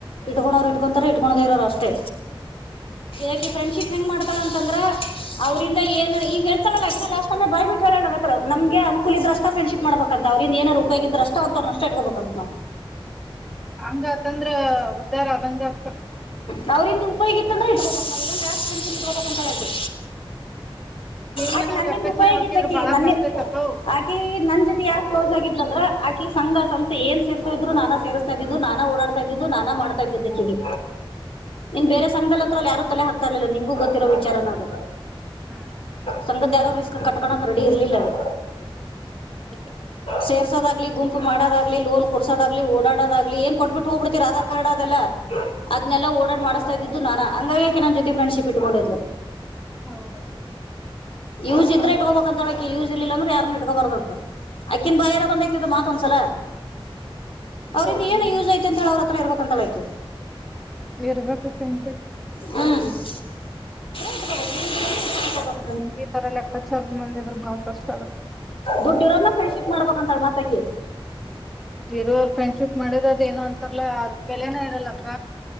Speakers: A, on the left (about 75°); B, in the centre.
A: ಇಟ್ಕೊಂಣರ ಇಟ್ಕೊತಾರ ಇಟ್ಕೊಂಡಣದೆ ಇರೋರು ಅಷ್ಟೇ. ಅಕಿ ಫ್ರೆಂಡ್ಶಿಪ್ ಹೆಂಗ ಮಾಡ್ತಾಳ ಅಂತಂದ್ರ ಅವ್ರಂದ ಏನ ಈಗ ಹೇಳ್ತಾಳಲ್ಲಾಕಲ್ಲ ಅಕಿನ ಲಾಸ್ಟ ಅಲ್ಲ ಬಾಯಿ ಬಿಟ್ಟಲ್ಲ ಹೇಳೆಳ ನನ್ನ ಹತ್ರ ನಮಗೆ ಅನಕೂಲ ಇದ್ರ ಅಷ್ಟ ಫ್ರೆಂಡ್ಶಿಪ್ ಮಾಡಬೇಕಂತ ಅವರಿಂದ ಏನಾರ ಉಪಯೋಗ ಇದ್ರೆ ಅಷ್ಟ ಅಂತಾವ್ರನ್ನ ಅಷ್ಟ ಇಟ್ಕೋಬೇಕಂತ ನಾವು
B: ಹಂಗತಂದ್ರ ಉದ್ದಾರ ಅದಂಗ ಅಕ್ಕ
A: ನಾವ್ರಿಂದ ಉಪಯೋಗಿತಂದ್ರ ಇಟ್ಕೋಬಕ ನಾವು ಇಲ್ಲ ಅಂದ್ರ ಯಾಕ್ ಫ್ರೆಂಡ್ಶಿಪ್ ಇಟ್ಕೋಬೇಕು ಅಂತಾಳಕಿ
B: ಹಿಂಗ
A: ಆಕೀ
B: ನಾವ್
A: ನನ್ನಿಂದ
B: ಲೆಕ್ಕಾಚಾರ
A: ಉಪಯೋಗಿತ್ತ
B: ಹಾಕಿದ್ರ
A: ಅಕಿಗೆ
B: ಬಾಳ
A: ನನ್
B: ಕಷ್ಟ ಐತಕ್ಕ ಅವು
A: ಅಕಿ ನನ್ ನನ್ ಜೊತೆ ಯಾಕ್ ಕ್ಲೋಸ್ ಆಗಿದಲ್ಲ ಅಂದ್ರೆ ಆಕಿ ಸಂಘ ಸಂಸ್ಥ ಏನ ಸೇರ್ತ ಇದ್ ನಾನ ಸೇರ್ಸ್ತಾ ಇದಿದು ನಾನ ಓಡಾಡ್ತಾ ಇದ ನಾನ ಮಾಡ್ತಾ ಇದ್ದಿದ್ದ ಅಕಿಗೆ ಇನ್ ಬೇರೆ ಸಂಘದಲ್ಲಿತ್ರ ಯಾರ ತಲೆ ಹಾಕ್ತರಲಿಲ್ಲ ನಿಂಗೂ ಗೊತ್ತಿರೋ ವಿಚಾರನ ಅದು
B: ಹ್ಮ್
A: ಸಂಗದ ಯಾರೋ ರಿಸ್ಕ್ ಕಟ್ಕಳಕ್ ರೆಡಿ ಇರ್ಲಿಲ್ಲಲ್ಲಿ
B: ಹೌದು
A: ಸೇರ್ಸೋದಾಗ್ಲಿ ಗುಂಪು ಮಾಡುವುದಾಗಲಿ ಲೋನ್ ಕೊಡ್ಸೋದಾಗ್ಲಿ ಓಡಾಡೋದಾಗ್ಲಿ, ಏನ್ ಕೊಟ್ಬಿಟ್ ಹೋಬಿಡ ಆಧಾರ್ ಕಾರ್ಡ್ ಅದೆಲ್ಲ ಅದನೆಲ್ಲ ಓಡಾಡ್ ಮಾಡಿಸ್ತಾ ಇದಿದ್ದು ನಾನಾ ಹಂಗಾಗಿ ಅಕಿ ನನ್ನ ಜೊತೆ ಫ್ರಂಡ್ಶಿಪ್ ಇಟ್ಕೊಂಡಿದ್ಲು
B: ಹೌದಕ್ಕ
A: ಯೂಸ್ ಇದ್ರೆ ಇಟ್ಕೋಬೇಕ ಅಂತಳಕಿ ಯೂಸ್ ಇಲ್ಲ ಅಂದ್ರೆ ಯಾರು ಇಟ್ಕೋಬಾರ್ದಂತ ಅಕ್ಕಿನ್ ಬಾಯ್ಯಾರ ಬಂದೇತಿದ್ದು ಮಾತ್ ಒಂದಸಲ ಅವ್ರಂದ
B: ಚಲೋ
A: ಏನು
B: ಬಿಡಮ್ಮ
A: ಯೂಸ್ ಐತ ಅಂತ ಹೇಳ ಅವ್ರ ಇರ್ಬೇಕ ತಳ ಅಕಿ
B: ಇರ್ಬೇಕಕ್ಕ ಇಂತಕ್ಕೆ
A: ಹ್ಮ ಯೂಸ್ ಇದ್ರೆ ಇಟ್ಕೋಬೇಕು ಯೂಸ್ ಇಲ್ಲ ಅಂದ್ರೆ ಇಟ್ಕೊಳಕ್ ಹೋಗ್ಬಾರ್ದು
B: ಈ ತರ ಲೆಕ್ಕಚಾರ ಮಂದಿ ಇದ್ರ ಬಾಳ ಕಷ್ಟ ಆಗತ್ತ.
A: ದುಡ್ಡು ಇರೋನ್ನ ಫ್ರೆಂಡ್ಶಿಪ್ ಮಾಡಬೇಕ್ ಅಂತಳ ಮತ್ತೆ ಅಕಿ
B: ಇರುವರ್ ಫ್ರೆಂಡ್ಶಿಪ್ ಮಾಡದದ ಏನೋ ಅಂತಾರಲ್ಲ ಅದ ಬೆಲೆನ ಇರಲ್ಲಕ್ಕ